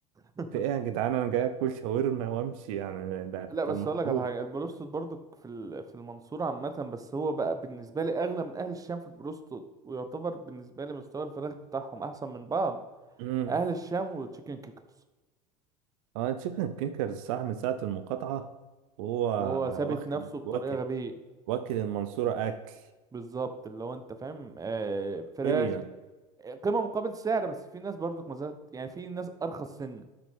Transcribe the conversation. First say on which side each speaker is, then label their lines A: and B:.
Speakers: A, on the right (about 20°); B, on the right (about 65°).
A: <laughs>
B: في ايه يا جدعان انا جاي اكل شاورما وامشي يعني ده
A: لا بس
B: ده المعروف
A: اقول لك على حاجه البروستد برضو في ال- في المنصوره عامه بس هو بقى بالنسبه لي اغلى من اهل الشام في البروستد ويعتبر بالنسبه لي مستوى الفراخ بتاعهم احسن من بعض
B: مم.
A: اهل الشام وتشيكن كيكرز
B: اه تشيكن كينكرز صح من ساعة المقاطعة وهو
A: وهو ثابت
B: واخد
A: نفسه بطريقه
B: واكل
A: غبيه
B: واكل المنصورة أكل
A: بالظبط اللي هو انت فاهم آه فراخ
B: حرفيا
A: قيمه مقابل سعر بس في ناس برضو ما زالت يعني في ناس ارخص سن